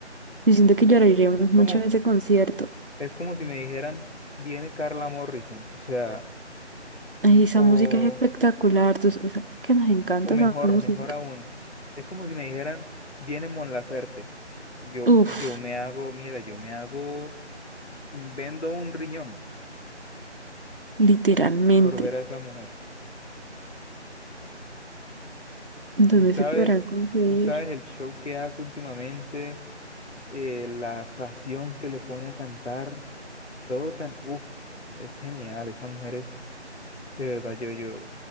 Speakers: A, on the right; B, on the left.
A: Yo siento que lloraríamos
B: Es
A: mucho
B: como,
A: en ese concierto.
B: es como si me dijeran, viene Carla Morrison, o sea,
A: Ay, esa
B: o,
A: música es espectacular, tú sabes que nos encanta
B: o mejor,
A: esa música.
B: mejor aún. Es como si me dijeran, viene Mon Laferte. Yo,
A: Uf,
B: yo me hago, mira, yo me hago, mm, vendo un riñón
A: literalmente.
B: por ver a esa mujer.
A: ¿Dónde
B: Tú sabes,
A: se podrán conseguir?
B: tú sabes el show que hace últimamente eh, la pasión que le pone a cantar, todo tan, uff, es genial, esa mujer es, de verdad, yo, yo